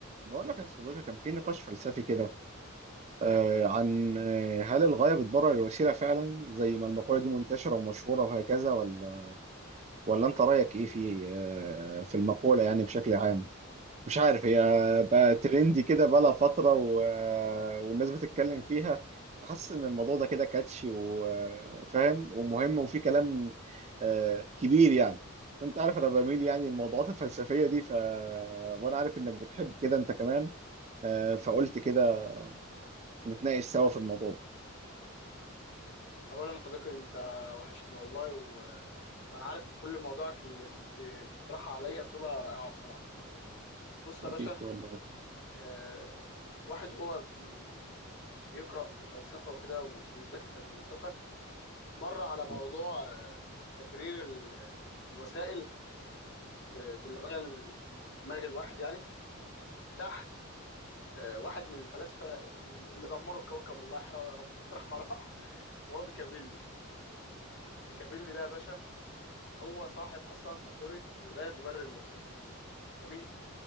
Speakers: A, on the right; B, on the left.
A: بقول لك يا صديقي كان في نقاش فلسفي كده آه عن آه هل الغاية بتبرر الوسيلة فعلا زي ما المقولة دي منتشرة ومشهورة وهكذا ولا ولا انت رأيك ايه في آه في المقولة يعني بشكل عام مش عارف هي
B: مم.
A: بقى ترندي كده بقالها فترة و- آه، والناس بتتكلم فيها حاسس ان الموضوع ده كده كاتشي وفاهم ومهم وفي كلام آه كبير يعني وانت عارف انا بميل يعني الموضوعات الفلسفية دي ف وانا عارف انك بتحب كده انت كمان آه، فقلت كده نتناقش سوا في الموضوع ده
B: اولا يا صديقي انت وحشني والله و... وانا عارف كل مواضيعك اللي بت- بتطرحها عليا بتبقى رائعه بصراحه بص
A: حبيبي
B: يا باشا
A: والله
B: آه، الواحد هو بي... بيقرا في الفلسفه وكده وبيذاكر في الفلسفه مر على موضوع
A: لا
B: آه، تبرير ال... الوسائل ب... بالغايه اللي في دماغ الواحد يعني تحت آه، واحد من الفلاسفه اللي دمروا الكوكب الله يحرقه يا رب <laughs> رحمه راح وهو ميكافيلي ميكافيلي ده يا باشا هو صاحب اصلا مقوله الغايه تبرر الوسيله جميل